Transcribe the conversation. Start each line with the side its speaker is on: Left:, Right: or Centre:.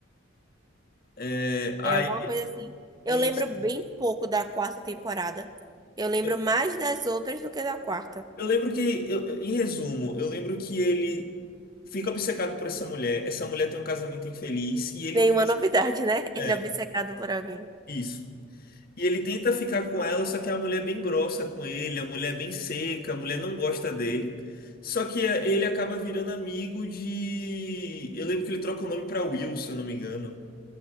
Left: É, aí,
Right: É alguma coisa assim. Eu
Left: isso.
Right: lembro bem pouco da quarta temporada. Eu lembro
Left: eu,
Right: mais das outras do que da quarta.
Left: eu lembro que, eu- em resumo, eu lembro que ele fica obcecado por essa mulher. Essa mulher tem um casamento infeliz e ele,
Right: Nenhuma novidade, né?
Left: é,
Right: Ele é obcecado por alguém.
Left: isso. E ele tenta ficar com ela, só que a mulher é bem grossa com ele, a mulher é bem seca, a mulher não gosta dele. Só que é, ele acaba virando amigo de. Eu lembro que ele troca o nome pra Will, se eu não me engano.